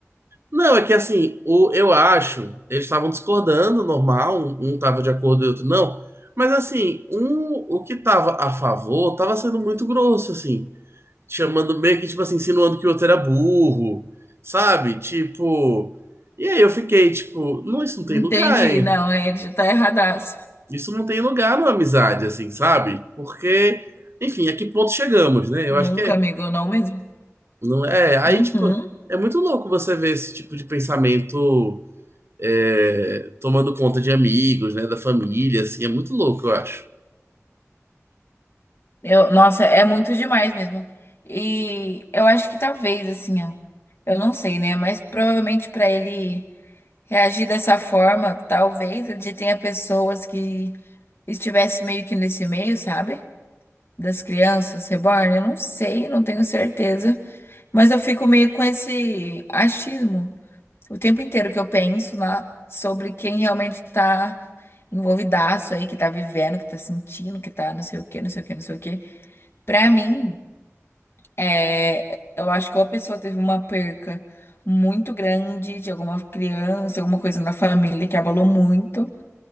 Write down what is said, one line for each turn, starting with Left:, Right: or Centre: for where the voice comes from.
Right: Não, é que assim, o, eu acho, eles estavam discordando, normal, um, um tava de acordo e outro não. Mas assim, um, o que tava a favor tava sendo muito grosso, assim, chamando meio que, tipo assim, insinuando que o outro era burro, sabe? Tipo. E aí eu fiquei, tipo, não, isso não tem
Left: Entendi.
Right: lugar, hein?
Left: Não, ele já tá erradaço.
Right: Isso não tem lugar numa amizade, assim, sabe? Porque, enfim, a que ponto chegamos, né?
Left: Nunca,
Right: Eu acho que é.
Left: amigo, não mesmo.
Right: Não é. Aí,
Left: Uhum.
Right: tipo, é muito louco você ver esse tipo de pensamento é, tomando conta de amigos, né, da família, assim, é muito louco, eu acho.
Left: Eu, nossa, é muito demais mesmo. E eu acho que talvez, assim, ó. Eu não sei, né? Mas provavelmente pra ele reagir dessa forma, talvez ele tenha pessoas que estivesse meio que nesse meio, sabe? Das crianças reborn. Eu não sei, não tenho certeza. Mas eu fico meio com esse achismo. O tempo inteiro que eu penso lá sobre quem realmente tá envolvidaço aí, que tá vivendo, que tá sentindo, que tá não sei o quê, não sei o quê, não sei o quê. Pra mim, é, eu acho que ou a pessoa teve uma perca muito grande de alguma criança, alguma coisa na família que abalou muito,